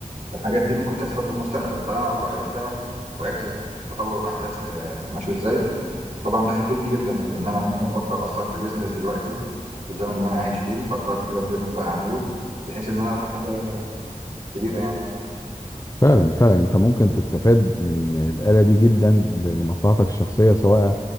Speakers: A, on the right; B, on the left.
A: الحاجات دي ممكن تحصل في المستقبل فانا لو عرفتها وعرفت تطور الاحداث آه، ماشي ازاي طبعا ده هيفيدني جدا في ان انا ممكن افكر اصلا في بيزنس دلوقتي في الزمن اللي انا عايش فيه فكرني كده في بيزنس بقى اعمله بحيث ان انا ابقى حاجه كبيره يعني
B: فعلا فعلا انت ممكن تستفاد من الآلة دي جدا لمصلحتك الشخصية سواء